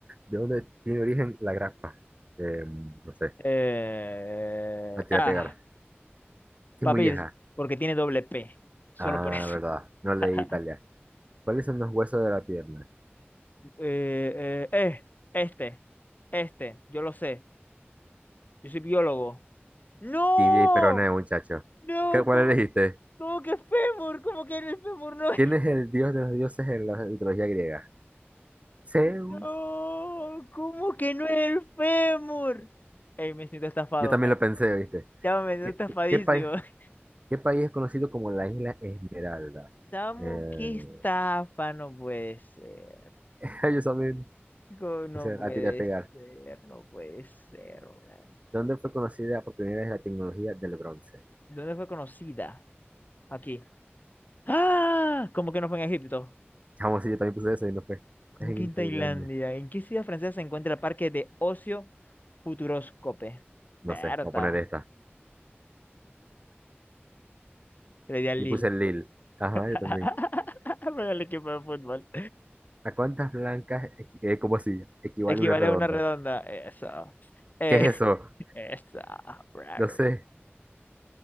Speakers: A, on the right; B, on the left.
A: ¿De dónde tiene origen la grapa? Eh, no sé.
B: Eh...
A: A tirar
B: Ah,
A: a pegar. ¿Qué
B: papi,
A: molleja?
B: porque tiene doble P. Solo
A: Ah,
B: por eso.
A: verdad. No leí
B: <laughs>
A: Italia. ¿Cuáles son los huesos de la pierna?
B: Eh, eh, eh, este, este, yo lo sé. Yo soy biólogo. ¡No!
A: Tibia y peroné, muchacho.
B: No,
A: ¿Qué- ¿Cuál
B: ¿cómo?
A: elegiste?
B: ¿Cómo que fémur? ¿Cómo que el fémur no es?
A: ¿Quién es el dios de los dioses en la mitología griega? Zeus.
B: No, ¿cómo que no es el fémur? Ey, me siento estafado,
A: Yo también
B: man.
A: lo pensé, ¿viste?
B: Ya me siento
A: ¿Qué,
B: estafadísimo.
A: qué- qué país,
B: <laughs>
A: qué país es conocido como la isla Esmeralda?
B: Chamo,
A: Eh,
B: qué estafa, no puede ser.
A: <laughs> yo también,
B: Co- No
A: o sea,
B: puede
A: la tiré a pegar.
B: ser, no puede ser, man.
A: ¿Dónde fue conocida por primera vez la tecnología del bronce?
B: ¿Dónde fue conocida? Aquí. ¡Ah! ¿Cómo que no fue en Egipto?
A: Chamo, sí, yo también puse eso y no fue.
B: ¿Cómo
A: Es en
B: que en
A: Tailandia.
B: Tailandia? ¿En qué ciudad francesa se encuentra el parque de ocio Futuroscope? Berta.
A: No sé, voy a poner esta.
B: Le di al
A: Yo
B: Lille.
A: puse Lille. Ajá,
B: <laughs>
A: yo también.
B: Para el equipo de fútbol.
A: ¿A cuántas blancas, equi- eh, como si, equivale
B: Equivale
A: una redonda?
B: a una redonda. Eso. Eh,
A: ¿Qué es eso?
B: <laughs> eso. brother.
A: No sé.